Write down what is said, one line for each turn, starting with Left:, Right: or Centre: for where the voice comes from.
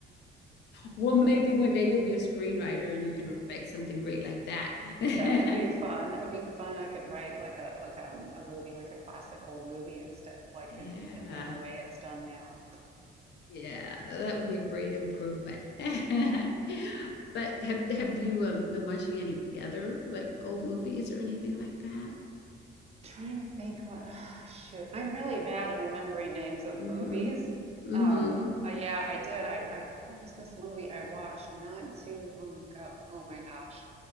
Left: Well, maybe one day you'll be a screenwriter and you can write something great like that.
Right: <laughs>
Left: <laughs>
Right: that would be fun that would be fun i could write like a like a, a movie like a classic old movie instead of like
Left: Yeah.
Right: in, in in the way it's done now
Left: Yeah, that would be a great improvement. <laughs> But have have you um, been watching any other like old movies or anything like that?
Right: Trying to think what, <sighs> shoot, I'm really bad at remembering names of
Left: hmm
Right: movies.
Left: hmm
Right: Um, uh, yeah, I did. I, I, what was this movie I watched not too long ago? Oh my gosh.